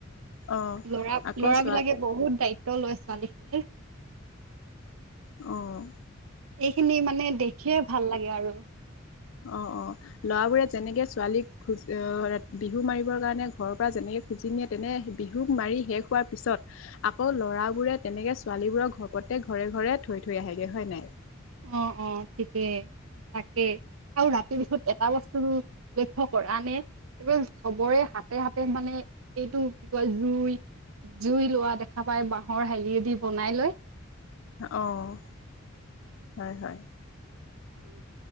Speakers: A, on the left; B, on the right.
A: অ',
B: ল'ৰা-ল'ৰাবিলাকে
A: আকৌ চোৱা
B: বহুত দায়িত্ব লয় ছোৱালীখিনিৰ।
A: অ'।
B: এইখিনি মানে দেখিযও ভাল লাগে আৰু।
A: অ', অ'। ল'ৰাবোৰে যেনেকে ছোৱালীক খোজ-আ-ৰা বিহু মাৰিবৰ কাৰণে ঘৰৰ পৰা যেনেকে খুজি নিয়ে তেনে বিহুক মাৰি শেষ হোৱাৰ পিছত আকৌ ল'ৰাবোৰে তেনেকে ছোৱালীবোৰক ঘ-প্ৰত্যেক ঘৰে ঘৰে থৈ থৈ আহেগে হয় নাই?
B: অ', অ', ঠিকে, তাকে। আৰু ৰাতি বিহুত এটা বস্তুটো লক্ষ্য কৰানে? এ চবৰে হাতে- হাতে মানে এইটো কি কয় জুই জুই লোৱা দেখা পাই, বাঁহৰ হেৰিয়েদি বনাই লৈ।
A: অ', হয়, হয়।
B: উম।